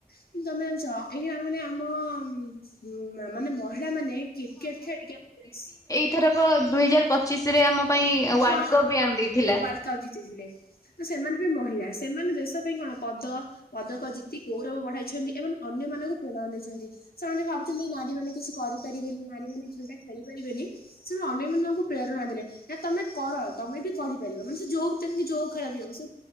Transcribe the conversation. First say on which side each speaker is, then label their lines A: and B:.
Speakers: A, on the left; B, on the left.
A: କିନ୍ତୁ ତମେ ଜାଣିଚ? ଆଜ୍ଞା ମାନେ ଆମ ମାନେ ମହିଳା ମାନେ କ୍ରିକେଟ ଖେଳିକି ଆମ ଦେଶ
B: ଏଥରକ ଦୁଇ ହଜାର ପଚିଶି ରେ ଆମ ପାଇଁ ୱାର୍ଲଡ
A: ହଁ ହଁ
B: କପ୍ ବି ଆଣିଦେଇଥିଲା।
A: ୱାର୍ଲଡ କପ୍ ଜିତିଥିଲେ ତ ସେମାନେ ବି ମହିଳା ସେମାନେ ଦେଶ ପାଇଁ କଣ ପଦ ପଦକ ଜିତି ଗୌରବ ବଢାଇଛନ୍ତି ଏବଂ ଅନ୍ୟ ମାନଙ୍କୁ ପ୍ରେରଣା ଦେଇଚନ୍ତି। ସେମାନେ ଭାବୁଚନ୍ତି ନାରୀ ମାନ କିଛି କରିପାରିବେନି ନାରୀ ମାନେ ଖେଳଟା ଖେଳି ପାରିବେନି ସେବା ଅନ୍ୟ ମାନଙ୍କୁ ପ୍ରେରଣା ଦେଲେ। ତମେ କର ତମେ ବି କରିପାରିବ ମାନେ ସେ ଯୋଉ ତେଣିକି ଯୋଉ ଖେଳ ବି ହୋଉ ସେ